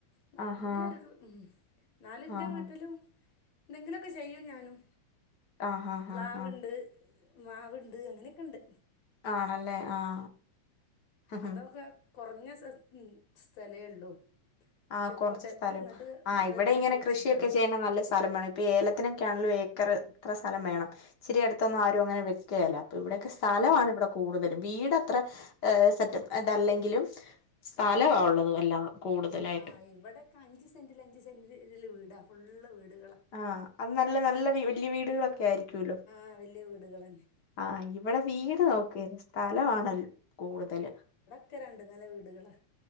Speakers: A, on the left; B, on the left.
A: <unintelligible>
B: ആഹാ
A: ഉം എന്നാലും എന്റെ
B: ആഹാ
A: വീട്ടിലും എന്തെങ്കിലൊക്കെ ചെയ്യും ഞാനും
B: ആഹാ
A: പ്ലാവ്ണ്ട്
B: ആഹാ
A: മാവ്ണ്ട് അങ്ങനെയൊക്കെണ്ട്
B: ആണല്ലേ ആഹ് ആഹ്
A: അതൊക്കെ കൊറഞ്ഞ സസ് ഉം സ്ഥലേ ഉള്ളൂ പക്ഷെ
B: ആഹ് കൊറച്ച്
A: ഒക്കെ ഡെ
B: സ്ഥലം
A: ഇങ്ങോട്ട്
B: ആഹ്
A: മറ്റേ
B: ഇവിടെ
A: ഇതിൽ
B: ഇങ്ങനെ
A: കുഴിച്ചിട്ടത്
B: കൃഷിയൊക്കെ ചെയ്യണെ നല്ല സ്ഥലം വേണം ഇ ഇപ്പ ഏലത്തിനൊക്കെയാണേലും ഏക്കറ് ഇത്ര സ്ഥലം വേണം ഇച്ചിരി എടത്തൊന്നും ആരും അങ്ങനെ വെക്കേല അപ്പ ഇവിടയൊക്കെ സ്ഥലമാണ്
A: ആ
B: ഇവിടെ കൂടുതലും വീടത്ര ഏഹ് സെറ്റപ്പ് ഇതല്ലെങ്കിലും സ്ഥലവാ ഒ അതുവല്ല കൂടുതലായി
A: ആഹ് ഇവിടേക്ക അഞ്ച് സെന്റില് അഞ്ച് സെന്റില് ഇതില് വീടാ ഫുള്ള് വീടുകളാ
B: ആഹ് അത് നല്ല നല്ല വല്യ വീടുകളൊക്കെ ആയിരിക്കൂല്ലൊ
A: ആഹ് വല്യ വീടുകളന്നെ
B: ആഹ് ഇവിടെ വീട് നോക്കേലാ സ്ഥലമാണ ൽ കൂടുതല്
A: ക്കെ രണ്ടു നില വീടുകളാ